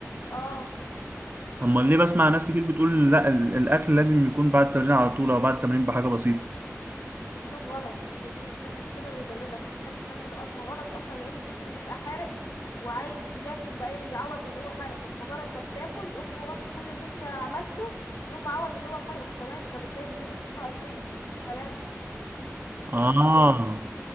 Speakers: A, on the left; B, on the right.
A: اه
B: امال ليه بسمع ناس كتير بتقول لا ال- الاكل لازم يكون بعد التمرين على طول او بعد التمرين بحاجه بسيطه
A: اسلوب غلط اللي بيقول لك كده بيضللك مفيش حاجة اسمها كده اصلا غلط اصلا لان الجسم بيبقى حارق وعايز ياكل بقى يعوض اللي هو حرقه وفي مجرد ما بتاكل يقوم واخ- كل اللي انت عملته يقوم معوض اللي هو حرقه في ثواني فبالتالي بيزيد الطاقة اتنين تلاتة تتكلم
B: اه
A: ازاي